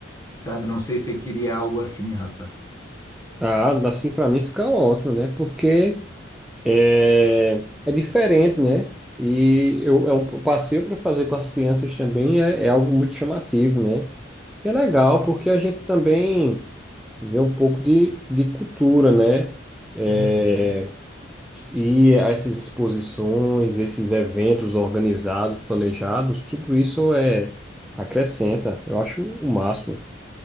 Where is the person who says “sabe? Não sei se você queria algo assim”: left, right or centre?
Left